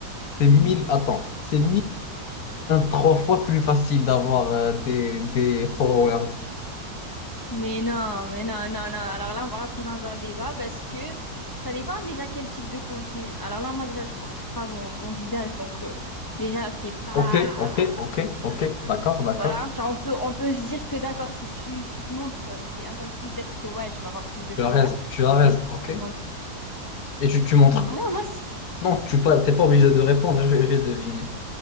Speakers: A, on the left (about 65°); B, on the left (about 20°).
A: c'est
B: Mm.
A: mille, attends, c'est trois fois plus facile d'avoir euh, des, des followers.
B: Mais non, mais non, non, non. Alors là, on va rentrer dans un débat parce que ça dépend déjà quel type de contenu. Alors là, moi, déjà, je montre pas mon, mon visage, donc euh, déjà, c'est pas...
A: Ok, ok, ok, ok,
B: euh,
A: d'accord, d'accord.
B: voilà, genre on peut, on peut se dire que d'accord, si tu, tu te montres euh, bien- en tant que fille, peut-être que ouais, tu vas avoir plus de followers.
A: Tu as raison, tu as raison,
B: Et moi,
A: ok.
B: je me montre.
A: Et tu, tu montres
B: Donc voilà,
A: que...
B: moi, c'est-
A: Non, tu pas, t'es pas obligé
B: Hmm.
A: de répondre,
B: tu
A: je vais je vais deviner.